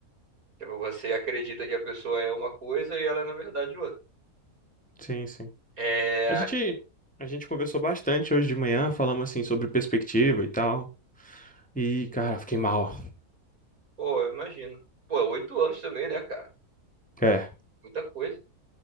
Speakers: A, on the right (about 65°); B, in the centre.
A: Tipo, você acredita que a pessoa é uma coisa e ela é, na verdade, outra.
B: sim, sim.
A: É.
B: A gente, a gente conversou bastante hoje de manhã, falamos assim sobre perspectiva e tal. E, cara, fiquei mal.
A: Pô, eu imagino. Pô, oito anos também, né, cara?
B: É.
A: Muita coisa.